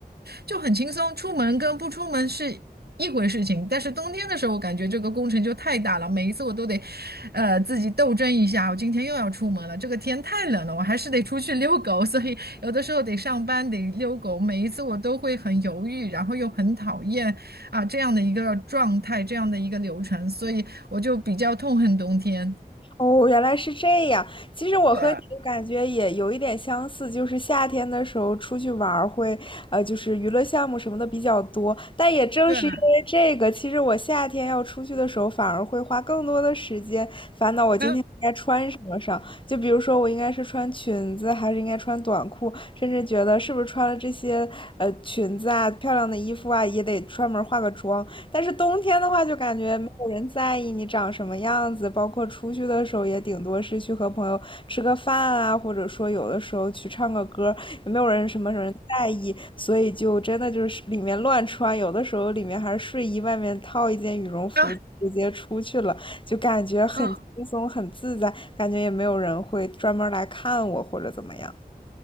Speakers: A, on the right (about 80°); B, on the left (about 30°).
A: 就很轻松。出门跟不出门是。一回事情，但是冬天的时候，我感觉这个工程就太大了，每一次我都得，呃，自己斗争一下。我今天又要出门了，这个天太冷了，我还是得出去遛狗，所以有的时候得上班，得遛狗。每一次我都会很犹豫，然后又很讨厌啊这样的一个状态，这样的一个流程，所以我就比较痛恨冬天。
B: 哦，原来是这样。其实我和你的感觉也有一点相似，
A: 对
B: 就是夏天的时候出去玩儿会，呃，就是娱乐项目什么的比较多。但也正是因为这个，
A: 对，<laughs>
B: 其实我夏天要出去的时候，反而会花更多的时间烦恼我今天应该穿什么上。
A: 啊
B: 就比如说，我应该是穿裙子，还是应该穿短裤，甚至觉得是不是穿了这些呃裙子啊、漂亮的衣服啊，也得专门化个妆。但是冬天的话，就感觉没有人在意你长什么样子，包括出去的时候，也顶多是去和朋友吃个饭啊，或者说有的时候去唱个歌，也没有人什么什么在意，所以就真的就是里面乱穿，有的时候里面还是睡衣，外面套一件羽绒服直接出去了，
A: 啊
B: 就感觉很轻松、
A: 啊！
B: 很自在，感觉也没有人会专门来看我或者怎么样。